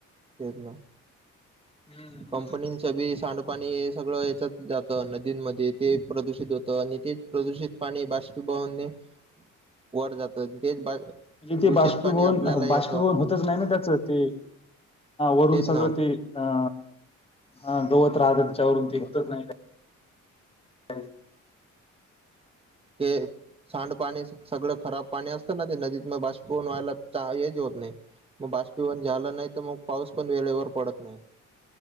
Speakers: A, on the right; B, on the left.
A: तेच ना,
B: म्हणजे
A: कंपनी च्या बी सांड पाणी हे सगळ ह्याच्यात जात नदींमध्ये ते प्रदूषित होत आणि तेच प्रदूषित पाणी बाष्पीभवने वर जात तेच बा
B: म्हणजे
A: दूषित
B: ते बाष्पीभवन
A: पाणी आपल्याला येतं
B: बाष्पीभवन होतच नाही ना. त्याच ते वरून
A: तेच ना
B: सगळ ते हा हा गवत राहत त्याच्यावरून ते निघतच नाही काही <unintelligible>
A: ते सांडपाणी सगळ खराब पाणी असत ना, ते नदीत न बाशपिभवन व्हायला हेच होत नाही मग बाष्पीभवण झालं नाही, तर मग पाऊस पण वेळेवर पडत नाही.